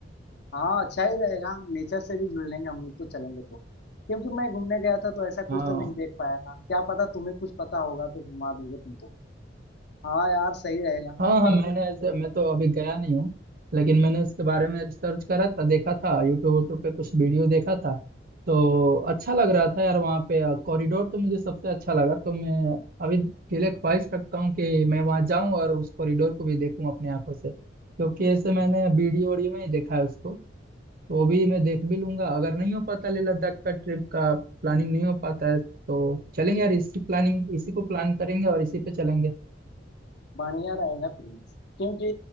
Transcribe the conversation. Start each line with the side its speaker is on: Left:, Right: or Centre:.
Left: हाँ अच्छा ही रहेगा नेचर से भी जुड़ लेंगे हम लोग तो चलेंगे तो क्योंकि मैं घूमने गया था तो ऐसा कुछ
Right: हाँ
Left: तो नहीं देख पाया था क्या पता तुम्हें कुछ पता होगा तो घुमा दोगे तुम तो हाँ यार सही रहेगा
Right: हाँ हाँ
Left: पर
Right: मैंने ऐसे मैं तो अभी गया नहीं हूँ लेकिन मैंने उसके बारे में रिसर्च करा था देखा था यूट्यूब वूट्यूब पे कुछ वीडियो देखा था तो अच्छा लग रहा था यार वहाँ पे कॉरिडोर तो मुझे सबसे अच्छा लगा तो मैं अभी दिले ख्वाहिश रखता हूँ कि मैं वहाँ जाऊँ और उस कॉरिडोर को भी देखूँ अपनी आंखों से क्योंकि ऐसे मैंने वीडियो वीडियो में ही देखा है उसको तो वो भी मैं देख भी लूंगा अगर नहीं हो पाता लेह लद्दाख का ट्रिप का प्लानिंग नहीं हो पाता है तो चलेंगे यार इसी प्लानिंग इसी को प्लान करेंगे और इसी पे चलेंगे
Left: बढ़िया रहेगा प्रिंस क्योंकि